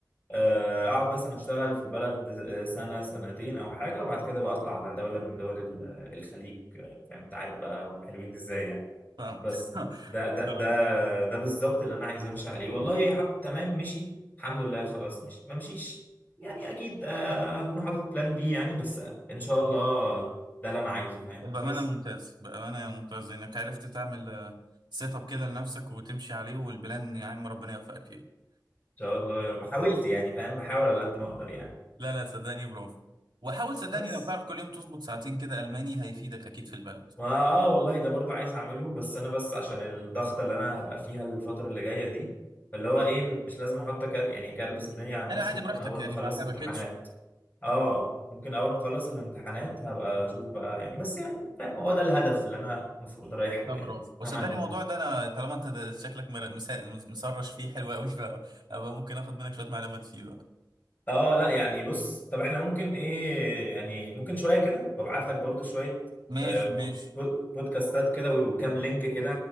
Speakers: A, on the left; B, on the right.
A: آه، اقعد مثلا اشتغل في البلد آه، سنة سنتين او حاجة وبعد كده بقى اطلع على دولة من دول ال- الخليج آه، فاهم انت عارف بقى هم حلوين ازاي يعني
B: فاهمك
A: بس
B: <laughs>
A: ده ده
B: فاهمك.
A: ده ده بالظبط اللي انا عايز امشي عليه والله ح... تمام مشي الحمد لله خلاص مشي ما مشيش يعني اكيد آه، هكون حاطط بلان بي يعني بس ان شاء الله ده اللي انا عايزه فاهم
B: بأمانة
A: بس
B: ممتاز بأمانة ممتاز إنك عرفت تعمل آه، سيت اب كده لنفسك وتمشي عليه والبلان يا عم ربنا يوفقك فيه
A: ان شاء الله يا رب حاولت يعني فاهم بحاول على قد ما اقدر يعني
B: لا لا صدقني برافو وحاول صدقني
A: بس
B: لو تعرف كل يوم تظبط ساعتين كده ألماني هيفيدك أكيد في البلد
A: ما اه والله ده برضو عايز اعمله بس انا بس عشان الضغطه اللي انا هبقى فيها الفتره اللي جايه دي فاللي هو ايه مش لازم احط كار يعني كربس الدنيا على
B: يعني
A: نفسي
B: عادي
A: ممكن
B: براحتك
A: اول
B: يعني
A: ما اخلص
B: ما حبكتش
A: امتحانات اه ممكن اول ما اخلص الامتحانات هبقى اشوف بقى يعني بس يعني فاهم هو ده الهدف اللي انا المفروض رايح له
B: لا برافو
A: يعني
B: وصدقني
A: تمام
B: الموضوع ده أنا طالما أنت ده شكلك مر- مسا- مسرش فيه حلو أوي فأبقى ممكن آخد منك شوية معلومات فيه بقى
A: اه لا يعني بص طب احنا ممكن ايه يعني ممكن شويه كده وابعت لك برضو شويه
B: ماشي
A: آه، بود-
B: ماشي
A: بود- بودكاستات كده وكام لينك كده